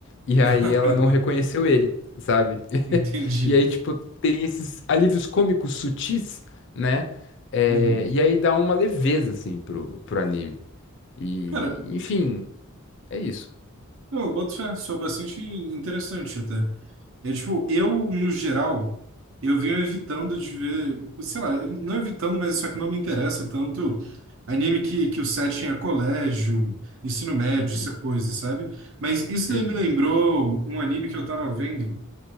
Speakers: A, on the left (about 60°); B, on the right (about 70°).
A: E
B: <laughs>
A: aí ela não reconheceu ele, sabe? <laughs>
B: Entendi.
A: E aí, tipo, tem esses alívios cômicos sutis, né? É,
B: Uhum.
A: e aí dá uma leveza, assim, pro, pro anime. E,
B: Cara,
A: enfim, é isso.
B: eu boto fé, sou bastante interessante até. É tipo, eu, no geral, eu venho evitando de ver, sei lá, não evitando, mas isso aqui não me interessa tanto anime que, que o setting é colégio, ensino médio,
A: Uhum,
B: essa coisa, sabe? Mas isso
A: uhum.
B: daí me lembrou um anime que eu tava vendo,